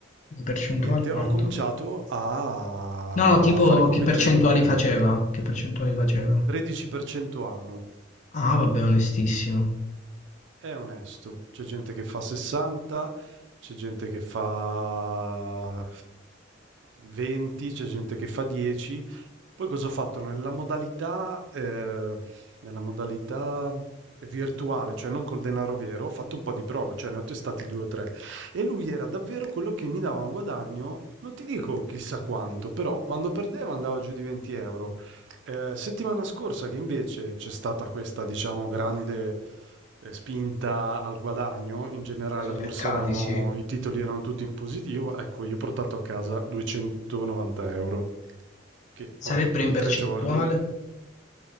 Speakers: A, on the left; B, on the right.
A: In percentuale
B: niente,
A: quanto?
B: ho cominciato a
A: No, no, tipo
B: fare copy
A: che percentuali
B: trading con
A: faceva?
B: lui.
A: Che percentuali faceva?
B: 13% annuo.
A: Ah, vabbè, onestissimo.
B: È onesto, c'è gente che fa 60, c'è gente che fa 20, c'è gente che fa 10. Poi cosa ho fatto? Nella modalità, eh, nella modalità virtuale, cioè non col denaro vero, ho fatto un po' di prove, cioè ne ho testati due o tre. E lui era davvero quello che mi dava un guadagno, non ti dico chissà quanto, però quando perdeva andava giù di 20 euro. Eh, settimana scorsa che invece c'è stata questa, diciamo, grande eh, spinta al guadagno, in generale
A: Nei
B: la
A: mercati,
B: borsa erano,
A: sì.
B: i titoli erano tutti in positivo, ecco, io ho portato a casa 290 euro, che
A: Sarebbero
B: oh, in
A: in percentuale?
B: tre giorni,